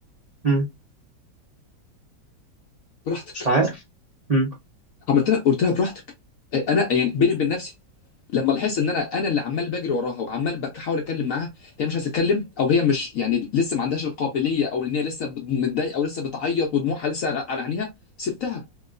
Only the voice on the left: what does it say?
براحتك
عملت لها قلت لها براحتك انا يعني بيني وبين نفسي لما لاحظت ان انا انا اللي عمال بجري وراها وعمال بحاول اتكلم معاها هي مش عايزه تتكلم او هي مش يعني لسه ما عندهاش القابليه او ان هي لسه بت- متضايقه او لسه بتعيط ودموعها لسه على على عينيها سبتها